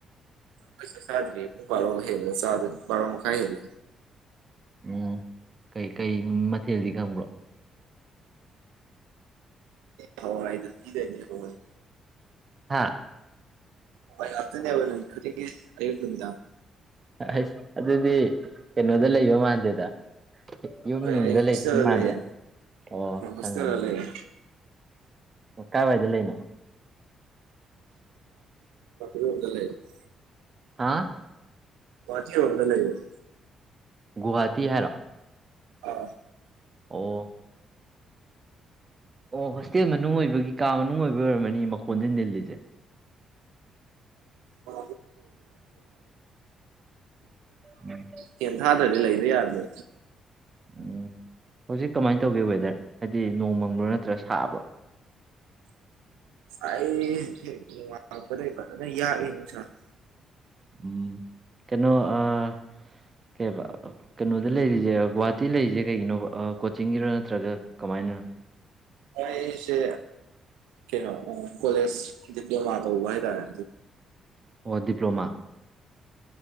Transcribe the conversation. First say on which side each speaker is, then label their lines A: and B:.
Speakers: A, on the right; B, on the right.
A: ꯑꯩ ꯆꯥꯛ ꯆꯥꯗ꯭ꯔꯤ ꯄꯨꯡ ꯕꯥꯔꯣ ꯍꯦꯜꯂꯒ ꯆꯥꯗꯣꯏꯅꯤ ꯕꯔꯣ ꯃꯈꯥꯏ ꯍꯦꯜꯂꯒ
B: ꯎꯝ ꯀꯩ ꯀꯩ ꯃꯊꯦꯜꯗꯤ ꯈꯪꯕ꯭ꯔꯣ
A: ꯍ ꯑꯩ ꯊꯖ ꯍ <unintelligible>
B: ꯍꯥꯥ
A: ꯍꯋꯥꯏ ꯉꯥꯛꯇ ꯅꯦꯕ ꯅꯨꯃꯤꯠ ꯈꯨꯗꯤꯡꯒꯤ ꯑꯥꯌꯨꯛ ꯅꯨꯃꯤꯗꯥꯡ
B: ꯍꯥꯏꯁ ꯑꯗꯨꯗꯤ ꯀꯩꯅꯣꯗ ꯂꯩꯕ ꯃꯥꯟꯗꯦꯗ ꯌꯨꯝ
A: ꯍꯣꯏ
B: ꯅꯨꯡꯗ
A: ꯑꯩ ꯍꯣꯁꯇꯦꯜꯗ
B: ꯂꯩꯕꯗꯤ ꯃꯥꯟꯗꯔꯦ
A: ꯂꯩꯌꯦ
B: ꯑꯣ
A: ꯍꯣꯁꯇꯦꯜꯗ
B: ꯈꯪꯉꯕ ꯑꯩꯅ
A: ꯂꯩꯌꯦ
B: ꯑꯣ ꯀꯥꯏꯋꯥꯏꯗ ꯂꯩꯅꯣ
A: ꯌꯥꯗ ꯂꯩ <unintelligible>
B: ꯍꯥ
A: ꯒꯨꯋꯥꯍꯑꯇꯤ ꯔꯣꯝꯗ ꯂꯩꯌꯦꯕ
B: ꯒꯨꯍꯥꯇꯤ ꯍꯥꯏꯔꯣ
A: ꯑꯥ
B: ꯑꯣ ꯑꯣ ꯍꯣꯁꯇꯦꯜ ꯃꯅꯨꯡ ꯑꯣꯏꯕꯒꯤ ꯀꯥ ꯃꯅꯨꯡ ꯑꯣꯏꯕꯒꯤ ꯑꯣꯏꯔꯝꯃꯅꯤ ꯃꯈꯣꯟꯁꯦ ꯅꯤꯜꯂꯤꯁꯦ
A: ꯕ
B: ꯎꯝ
A: ꯐꯦꯟ ꯊꯥꯗ꯭ꯔꯗꯤ ꯂꯩꯕ ꯌꯥꯗ꯭ꯔꯦ
B: ꯎꯝ ꯍꯧꯖꯤꯛ ꯀꯃꯥꯏꯅ ꯇꯧꯒꯦ ꯋꯦꯗꯔ ꯍꯥꯏꯗꯤ ꯅꯣꯡ ꯃꯪꯕ꯭ꯔꯥ ꯅꯠꯇ꯭ꯔꯥ ꯁꯥꯕ꯭ꯔꯣ
A: ꯑ ꯊ ꯋꯥ ꯀꯔ ꯀ ꯌꯥ ꯅꯅꯨꯡꯁꯥ <unintelligible>
B: ꯎꯝ ꯀꯩꯅꯣ ꯑꯥ ꯀꯩ ꯍꯥꯏꯕ ꯀꯩꯅꯣꯗ ꯂꯩꯔꯤꯁꯦ ꯒꯨꯍꯥꯇꯤ ꯂꯩꯔꯤꯁꯦ ꯀꯩꯒꯤꯅꯣ ꯀꯣꯆꯤꯡꯒꯤꯔꯣ ꯅꯠꯇ꯭ꯔꯒ ꯀꯃꯥꯏꯅꯅꯣ
A: ꯀꯁꯦ ꯀꯩꯅꯣ ꯀꯣꯂꯖ ꯗꯤꯄ꯭ꯂꯣꯃꯥ ꯎꯕ ꯇꯔ
B: ꯑꯣ ꯗꯤꯄ꯭ꯂꯣꯃꯥ